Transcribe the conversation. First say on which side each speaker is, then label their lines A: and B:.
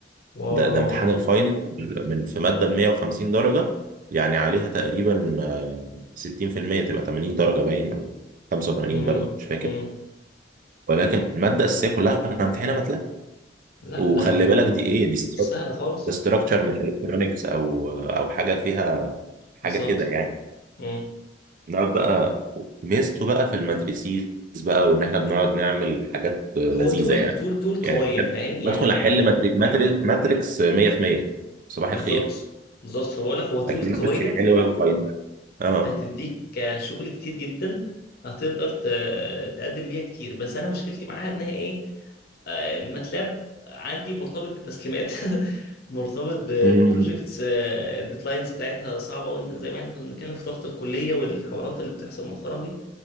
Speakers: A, on the left; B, on the right.
A: واو
B: ده ده امتحان الفاينل من في ماده ب 150 درجه يعني عليها تقريبا آه، 60% تبقى 80 درجه باين او 85
A: امم
B: درجه مش فاكر
A: امم
B: ولكن الماده الاساسيه كلها هنمتحنها ماتلاب
A: لا
B: وخلي
A: ده
B: بالك دي ايه دي ستراكشر
A: مش سهلة خالص
B: ده ستراكشر مش الكترونكس او او حاجه فيها حاجه
A: بالظبط
B: كده يعني
A: امم
B: نقعد بقى ميزته بقى في الماتريسيز بقى وان احنا بنقعد نعمل حاجات لذيذه
A: هو طول
B: يعني
A: طول طول قوية
B: يعني
A: فاهم يعني
B: بدخل احل ماتري... ماتري... ماتريكس 100% صباح
A: بالظبط
B: الخير
A: بالظبط فبقول لك هو طول
B: اكيورسي
A: قوية
B: حلوه وفاينل اه
A: هتديك شغل كتير جدا هتقدر ت- تقدم بيها كتير بس انا مشكلتي معاها ان هي ايه آه، الماتلاب عندي مرتبط بتسليمات <laughs> مرتبط ببروجكتس
B: مم.
A: الديدلاينز بتاعتها صعبة وزي ما احنا كنا بنتكلم في ضغط الكلية والحوارات اللي بتحصل مؤخرا دي